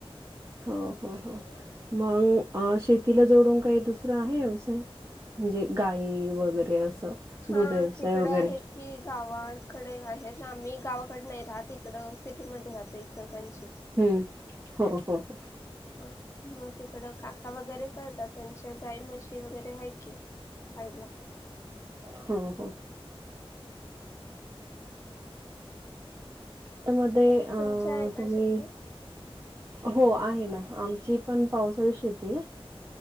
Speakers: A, on the right; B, on the left.
A: हो हो हो मग शेतीला जोडून काय दुसरं आहे व्यवसाय. म्हणजे गाई वगैरे असं
B: हा
A: दुध व्यवसाय
B: तिकडं
A: वगैरे.
B: आहेत की गावाकडे आहेत ना मी गावाकडे नाही राहत इकड सिटीमध्ये राहतो इचलकरंजी.
A: हम्म हो हो हो.
B: हा मग तिकडं काका वगैरे करतात त्यांच्या गाई म्हशी वगैरे आहे की. पाहिला.
A: हो हो. <unintelligible> मध्ये अं
B: तुमच्या आहे
A: तुम्ही
B: का शेती
A: हो आहे ना आमची पण पावसाळी शेती आहे.